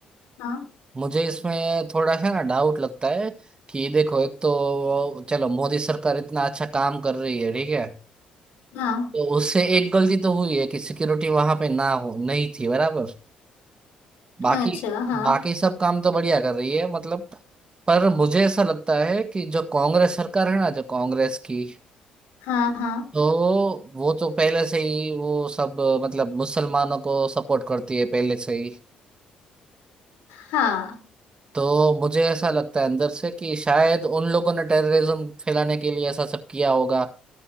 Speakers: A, on the left; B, on the right.
A: हाँ
B: मुझे इसमें थोड़ा सा ना डाउट लगता है कि देखो एक तो चलो मोदी सरकार इतना अच्छा काम कर रही है ठीक है
A: हाँ
B: तो उससे एक गलती तो हुई है कि सिक्योरिटी वहां पे ना हो नहीं थी बराबर बाकी
A: अच्छा हाँ
B: बाकी सब काम तो बढ़िया कर रही है मतलब पर मुझे ऐसा लगता है कि जो कांग्रेस सरकार है ना जो कांग्रेस की
A: हाँ हाँ
B: तो वो तो पहले से ही वो सब मतलब मुसलमानों को सपोर्ट करती है पहले से ही
A: हाँ
B: तो मुझे ऐसा लगता है अंदर से कि शायद उन लोगों ने टेररिज्म फैलाने के लिए ऐसा सब किया होगा